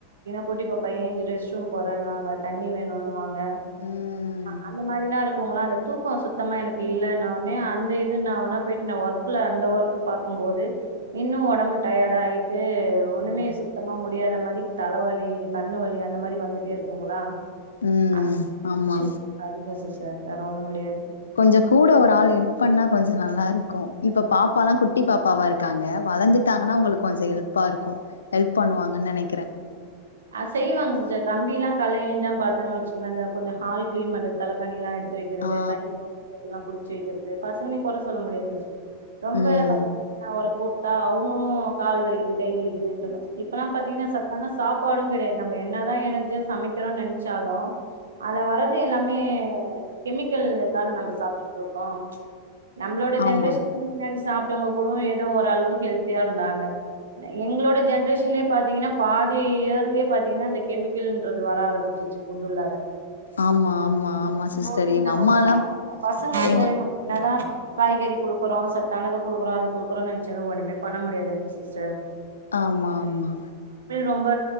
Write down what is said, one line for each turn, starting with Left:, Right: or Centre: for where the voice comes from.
Right: குட்டி பாப்பா ஏஞ்சி ரெஸ் ரூம் போறன்னுவாங்க தண்ணி வேணும்னு வாங்க
Left: ம்
Right: அந்த மாதிரல்லாம் இருக்கும் அந்த தூக்கம் சுத்தமா எனக்கு இல்ல அந்த இ ந போ ஒர்கல அந்த ஒர்க் பார்க்கும் போது இன்னும் உடம்புட்ட டயர்ட -ஆயி் ட்டு ஒண்ணுமே
Left: ம்
Right: சுத்தமா முடி முடியாத மாரி தலவலி கண்ணு வலி அந்த மாரி வந்துட்டே இருக்குங்களா
Left: ம்
Right: <unintelligible>
Left: ஆமா
Right: வே வேற ஒண்ணும் கிடயாது
Left: கொஞ்சம் கூட ஒரு ஆள் ஹெல்ப் பண்ணா கொஞ்சம் நல்லா இருக் இப்ப பாப்பல்லாம் குட்டி பாப்பாவா இருக்காங்க வளர்ந்துட்டாங்கன்னா உங்களுக்கு கொஞ்ச இல் ப்பா இருக்கும் ஹெல்ப் பண்ணுவாங்கன்னு நினைக்கிறேன்
Right: அ செய்வாங்க சார் தம்பி எல்லாம் கலை ஏஞ்சா ப பாரத்துன்னு வச்சங்கன்னா இந்தஞ்சம் ஹால் கிளீன் பண்றது தலைக்கானி எல்லாம் எடு வைக்கிறது
Left: ஆ
Right: தண்ணில்லாம் <unintelligible> பிடிச்ச வக்கிறது பசங்கலி கொற சொல்ல முடியாது ரொம்ப
Left: ம்
Right: பத்தா ஒரு கூ அவங்களும் கால் வலிக்குது கை வலிக்குது இ தன்னா இப்பெல்லாம் பாத்தீங்கன்னா சத்தான சாப்பாடும் கிடையாது நம்ம என்னதான் எனர்ஜியா சமைக்கிறோம்னு நினைச்சாலும் அல வர்றது எல்லாமே கெமிக்கல் தானே நம்ம சாப்பிட்டுட்டு இருக்கோம் நம்மளோட ஜென்ரேஷன்
Left: ஆமா
Right: முன்னாடி சாப்ப வங்க கூட ஏதோ ஓரளவுக்கு ஹெல்த்தியா இருந்தாங்க எங்களோட ஜென்ரேஷன்ல பாத்தீங்கன்னா பாதி இயர்லயே பாத்தீங்கன்னா அந்த கெமிக்கல்ன்ற வர ஆரம்பிச்சுச்சு அப்ப
Left: ஆமா ஆமா ஆமா சிஸ்டர்
Right: போது என்ன
Left: எங்க அம்மாலா
Right: ஆகுதுன்னா பசங்களுக்கு
Left: எங்க
Right: நம்ம என்னதான் காய்கறி குடுக்குறோம் சத்தானத குடுக்குறோம் அது குடுக்குறோம்னு நினைச்சாலும் ஒண்ணுமே பண்ண முடியாது இல்லைங்கசிஸ்டர்
Left: ஆமா -ஆமா
Right: ரொம்ப